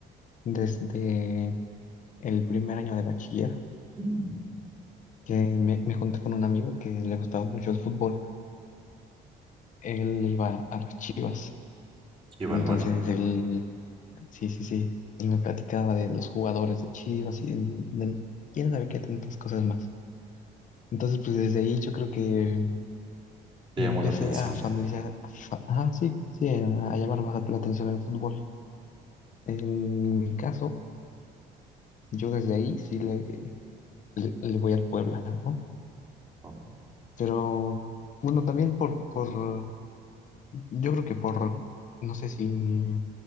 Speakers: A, on the left (about 50°); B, on the right (about 30°).
A: desde el primer año de bachiller,
B: Mm.
A: que me, me junté con un amigo que le gustaba mucho el fútbol. Él le iba a las Chivas.
B: Chiva,
A: Entonces
B: hermano,
A: él, sí, sí, sí. Y me platicaba de los jugadores de Chivas y de, de quién sabe qué tantas cosas más. Entonces, pues desde ahí yo creo que
B: te
A: me
B: llamó
A: empecé
B: la atención.
A: a familiarizar, a fa- ajá, sí, sí, a llamar más la atención el fútbol. En mi caso, yo desde ahí sí le, le- le voy al Puebla, ¿no?
B: Oh,
A: Pero bueno, también por, por, yo creo que por, no sé si